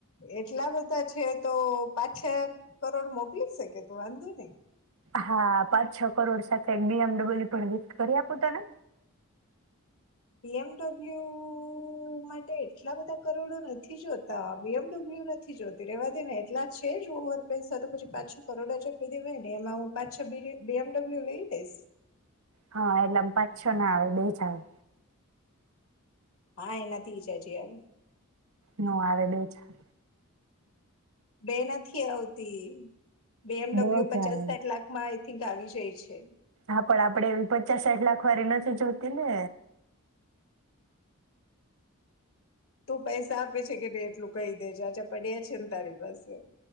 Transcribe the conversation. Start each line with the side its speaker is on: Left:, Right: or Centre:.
Left: એટલા બધા છે તો પાંચ-છ કરોડ મોકલી શકે તું વાંધો નઈ.
Right: હા. પાંચ છ કરોડ સાથે એક બીએમડબલ્યુ પણ ગિફ્ટ કરી આપું તને?
Left: બીએમડબલ્યુ માટે એટલા બધા કરોડો નથી જોતા બીએમડબલ્યુ નથી જોતી રેવા દે ને એટલા છે જ ઓવર પેસા તો પછી પાંચ-છ કરોડ જ આપી દેવાય ને એમાં હું પાંચ-છ બીએમડબલ્યુ લઈ લઈશ.
Right: હા. એટલે એમ પાંચ-છ ના આવે. દય જા હવે.
Left: હા. એનાથી જ હજી આવે.
Right: નો આવે બેહિજા
Left: બે નથી આવતી. બીએમડબ્લ્યુ
Right: બે
Left: પચાસ
Right: જ આવે
Left: સાઠ લાખમાં થીંક આવી જાય છે.
Right: હા, પણ આપડે એવી પચાસ સાઠ લાખ વાળી નથી જોતી ને.
Left: તું પૈસા આપે છે કે નહીં એટલું કહી દે જે જાજા પડ્યા છે ને તારી પાસે